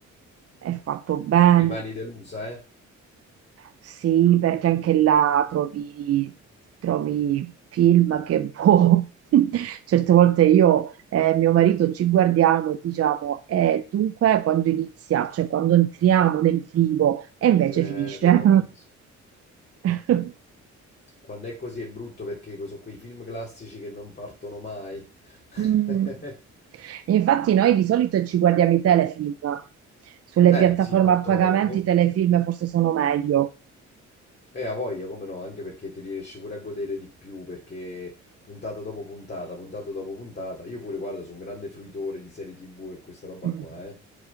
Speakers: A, on the right (about 50°); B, on the left (about 35°).
A: è fatto bene.
B: Rimani delusa, eh?
A: Sì, perché anche là trovi, trovi film che boh. <laughs> Certe volte io e mio marito ci guardiamo e diciamo, "Eh, dunque quando inizia, cioè quando entriamo nel vivo, e invece
B: Eh,
A: finisce.
B: lo capisco.
A: <laughs>
B: Quando è così è brutto perché sono quei film classici che non partono mai.
A: Mm.
B: <laughs>
A: Infatti noi di solito ci guardiamo i telefilm. Sulle
B: Eh,
A: piattaforme
B: sì, molto,
A: a pagamento
B: molto.
A: i telefilm forse sono meglio.
B: Eh, ha voglia, come no, anche perché te li riesci pure a godere di più, perché puntata dopo puntata, puntata dopo puntata, io pure, guarda, sono un grande fruitore di serie TV e questa roba
A: Mm.
B: qua, eh.